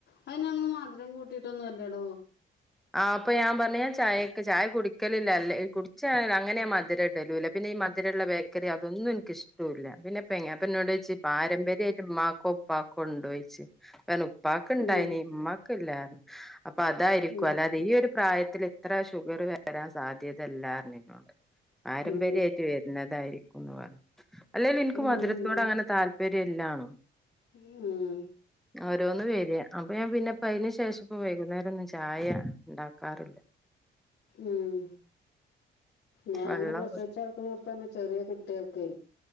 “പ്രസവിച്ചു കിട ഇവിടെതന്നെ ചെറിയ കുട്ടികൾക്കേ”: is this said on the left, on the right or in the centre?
Left